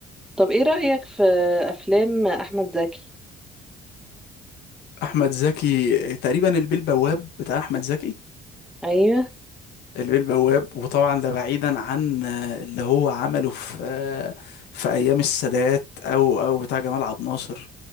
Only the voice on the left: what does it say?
احمد زكي تقريبا البيه البواب بتاع احمد زكي
البيه البواب وطبعا ده بعيدا عن آه، اللي هو عمله في آه، في ايام السادات او او بتاع جمال عبد الناصر